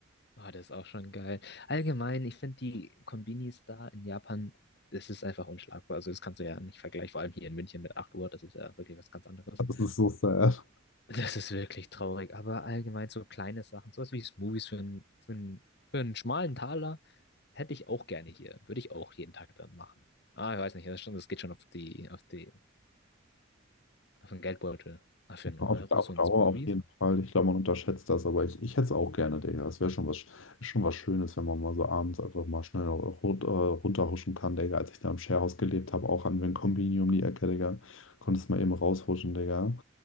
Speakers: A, on the left; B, on the left.
A: Oh, das ist auch schon geil. Allgemein, ich finde die Konbinis da in Japan, das ist einfach unschlagbar. Also das kannst du ja nicht vergleichen, vor allem hier in München mit 8 Uhr, das ist ja wirklich was ganz anderes.
B: Das ist so sad.
A: Das ist wirklich traurig, aber allgemein so kleine Sachen, sowas wie Smoothies für einen, für einen, für einen schmalen Taler, hätte ich auch gerne hier. Würde ich auch jeden Tag dann machen. Ah, ich weiß nicht, das ist schon, das geht schon auf die, auf die, auf den Geldbeutel. Ah, für
B: Ja,
A: einen
B: Auf,
A: Euro
B: auf
A: so
B: Dauer
A: ein Smoothies?
B: auf jeden Fall. Ich glaube, man unterschätzt das, aber ich, ich hätte es auch gerne, Digga. Es wäre schon was, schon was Schönes, wenn man mal so abends einfach mal schnell ru- äh, runterhuschen kann, Digga. Als ich da im Sharehouse gelebt habe, auch an den Kombini um die Ecke, Digga, konntest mal eben raushuschen, Digga.